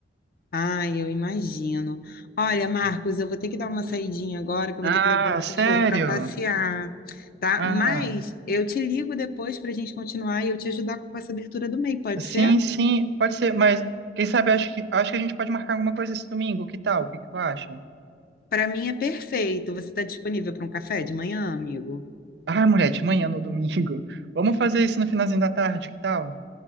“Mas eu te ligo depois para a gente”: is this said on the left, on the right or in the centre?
Left